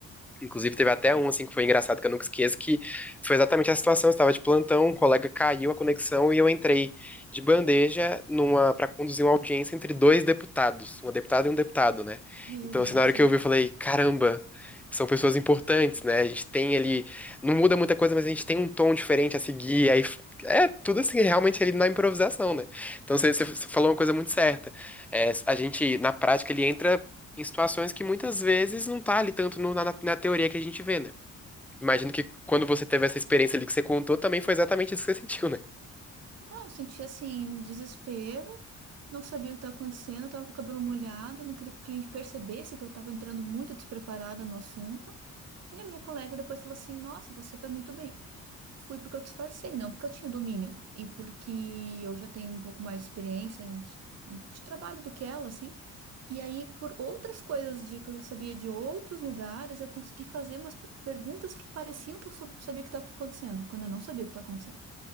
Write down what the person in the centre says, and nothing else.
Inclusive, teve até um, assim, que foi engraçado, que eu nunca esqueço, que foi exatamente a situação. Eu estava de plantão, um colega caiu a conexão e eu entrei de bandeja numa para conduzir uma audiência entre dois deputados, uma deputada e um deputado, né?
Então,
assim, na
hora
que eu vi, eu falei, caramba, são pessoas importantes, né? A gente tem ali, não muda muita coisa, mas a gente tem um tom diferente a seguir, aí... É tudo assim, realmente ali na improvisação, né? Então você você falou uma coisa muito certa. É, a gente, na prática, ele entra em situações que muitas vezes não tá ali tanto no- na, na teoria que a gente vê, né? Imagino que quando você teve essa experiência ali que você contou, também foi exatamente isso que você <laughs> sentiu, né?